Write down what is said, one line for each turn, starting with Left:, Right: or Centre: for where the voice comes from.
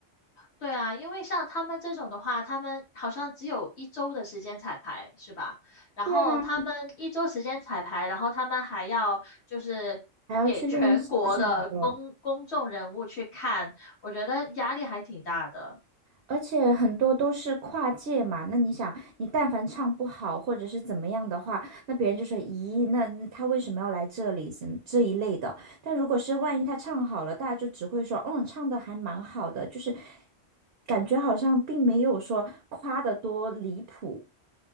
Left: 对啊，因为像他们这种的话，他们好像只有一周的时间彩排，是吧？然后他们一周时间彩排，
Right: 对啊，
Left: 然后他们还要就是给全国的公公众人物去看，
Right: 还要去练习什么的，
Left: 我觉得压力还挺大的。
Right: 而且很多都是跨界嘛。那你想，你但凡唱不好或者是怎么样的话，那别人就说：“咦，那那他为什么要来这里？”什么这一类的。但如果是万一他唱好了，大家就只会说：“嗯，唱的还蛮好的。”就是感觉好像并没有说夸的多离谱。